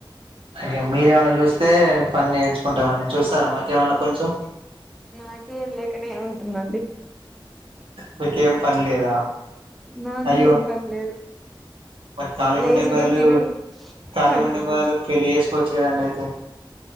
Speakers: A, on the right; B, in the centre.
A: ఇగ మీరేమన్నా చూస్తే పని నేర్చుకుంటామని, చూస్తారా మకేమన్నా కొంచెం?
B: నాకేం లేకనే ఉంటుంనండి
A: మీకేం పనిలేదా
B: నాకు
A: అయ్యో
B: కూడా ఏం పని లేదు
A: మరి ఖాళీగ
B: లేసుడు
A: ఉండే బదులు
B: తినుడు
A: ఖాళీ
B: పడుకుండు
A: ఉండే బదులు పెళ్లి చేసుకోవచ్చూ కదండి అయితే